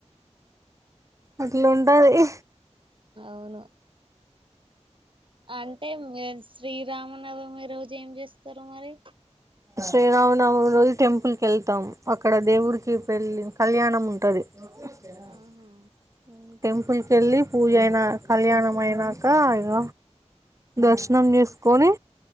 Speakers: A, on the right; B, on the right.
A: అట్లా ఉంటది.
B: అవును అంటే ఎ శ్రీరామనవమి రో జు ఏం చేస్తరు మరి
A: శ్రీరామనవమి రోజు టెంపుల్ కి వెళ్తాం, అక్కడ దేవుడికి పెళ్ళి కళ్యాణం ఉంటది. అ
B: ఆహా
A: టెంపుల్ కి వెళ్ళి పూజ అయినా కళ్యాణం అయినాక ఇగ దర్శనం చేసుకొని